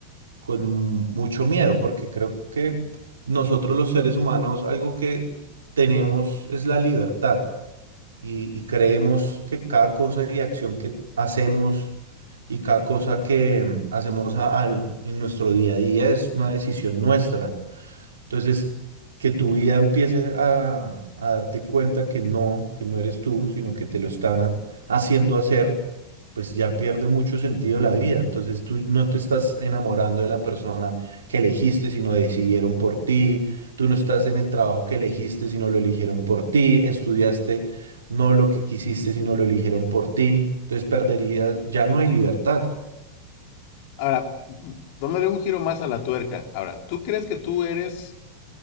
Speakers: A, on the right (about 70°); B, on the left (about 45°).
A: con mucho miedo, porque creo que nosotros los seres humanos, algo que tenemos es la libertad y, y creemos que cada cosa y acción que hacemos y cada cosa que mm, hacemos a- al- en nuestro día a día es una decisión nuestra. Entonces, que tu vida empiece a, a darte cuenta que no, que no eres tú, sino que te lo están a- haciendo hacer, pues ya pierde mucho sentido la vida. Entonces, tú no te estás enamorando de la persona que elegiste, sino decidieron por ti. Tú no estás en el trabajo que elegiste, sino lo eligieron por ti. Estudiaste no lo que quisiste, sino lo eligieron por ti. Entonces, perderías, ya no hay libertad.
B: Ahora, m- dándole un giro más a la tuerca. Ahora, ¿tú crees que tú eres